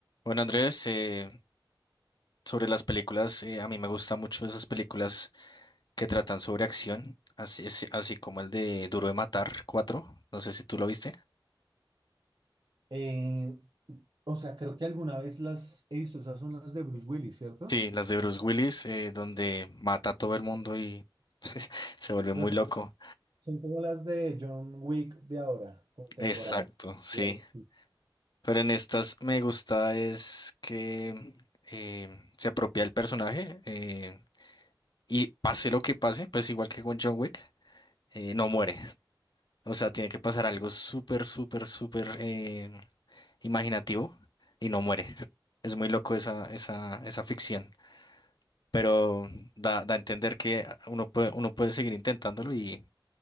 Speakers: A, on the left; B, on the right.
A: Bueno, Andrés, eh, sobre las películas, eh, a mí me gustan mucho esas películas que tratan sobre acción, así, es- así como el de Duro de Matar 4. no sé si tú lo viste.
B: Eh, o sea, creo que alguna vez las he visto, esas son las de Bruce Willis, ¿cierto?
A: Sí, las de Bruce Willis, eh, donde mata a todo el mundo y <laughs> se vuelve muy
B: Ah.
A: loco.
B: Son como las de John Wick de ahora, contemporáneo.
A: Exacto, sí.
B: Cierto.
A: Pero en estas me gusta es que eh, se apropia el personaje eh, y pase lo que pase, pues igual que con John Wick, eh, no muere. O sea, tiene que pasar algo súper, súper, súper eh, imaginativo y no muere. <laughs> Es muy loco esa, esa, esa ficción, pero da, da a entender que uno puede, uno puede seguir intentándolo y,